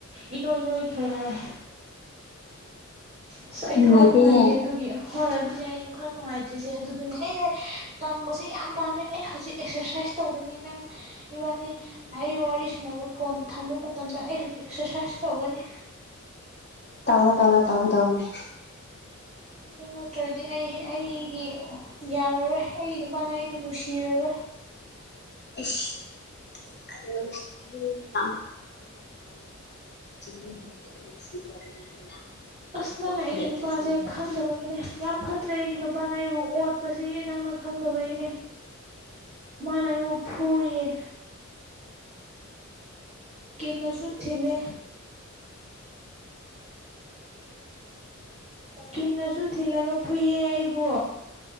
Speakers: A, on the right; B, on the left.
A: ꯏꯅꯣꯏ ꯏꯅꯣꯏꯈꯩ ꯍꯥꯏ ꯑꯁ ꯑꯩ
B: ꯅꯨꯡꯉꯥꯏꯇꯦꯍꯦ
A: ꯊꯋꯥꯏ ꯅꯨꯡꯉꯥꯏꯇꯦ ꯑꯗꯨꯒꯤ ꯍꯣꯏ ꯑꯗꯨꯅꯦ ꯑꯩꯁꯨ ꯈꯔ ꯅꯨꯡꯉꯥꯏꯇ꯭ꯔꯤꯁꯦ ꯑꯗꯨꯗꯨꯅꯦ ꯑꯩꯅ ꯇꯪꯕꯁꯦ ꯌꯥꯝ ꯄꯥꯝꯃꯦ ꯑꯩ ꯍꯧꯖꯤꯛ ꯑꯦꯛꯁꯔꯁꯥꯏꯁ ꯇꯧꯕꯅꯦ ꯅꯪ ꯏꯕꯥꯅꯤ ꯑꯩ ꯋꯥꯔꯤ ꯁꯥꯟꯅꯕ ꯐꯣꯟ ꯊꯝꯕ ꯃꯇꯝꯗ ꯑꯩ ꯍꯧꯖꯤꯛ ꯑꯦꯛꯁꯔꯁꯥꯏꯁ ꯇꯧꯒꯅꯤ
B: ꯇꯑꯣ ꯇꯧ ꯇꯧ ꯇꯧꯅꯦ
A: ꯑꯗꯨ ꯅꯠꯇ꯭ꯔꯗꯤ ꯑꯩ ꯑꯩꯒꯤ ꯌꯥꯔꯔꯣꯏ ꯑꯩꯒꯤ ꯅꯨꯄꯥꯅ ꯑꯩꯕꯨ ꯅꯨꯡꯁꯤꯔꯔꯣꯏ
B: ꯑꯁ <unintelligible> ꯑꯗꯨꯝ ꯅꯨꯡꯁꯤꯒꯗꯕꯅꯦ ꯃꯤꯅ
A: ꯑꯁ ꯅꯪꯅꯦ
B: ꯋꯥꯈꯜ
A: ꯑꯩꯒꯤ
B: ꯌꯥꯝꯅ
A: ꯅꯨꯄꯥꯁꯦ
B: ꯈꯟꯖꯤꯜꯂꯗꯤ
A: ꯈꯪꯗꯕꯒꯤꯅꯦ ꯌꯥꯝ ꯐꯠꯇ ꯅꯠꯇ꯭ꯔꯦ ꯑꯩꯒꯤ ꯅꯨꯄꯥꯅ ꯑꯩꯕꯨ ꯑꯣꯠꯄꯁꯤ ꯅꯪꯅ ꯈꯪꯗꯕꯒꯤꯅꯦ ꯃꯥꯅ ꯑꯩꯕꯨ ꯐꯨꯏꯌꯦ ꯀꯤꯟꯅꯁꯨ ꯊꯤꯜꯂꯦ ꯀꯤꯟꯅꯁꯨ ꯊꯤꯜꯂꯒ ꯐꯨꯏꯌꯦ ꯑꯩꯕꯨ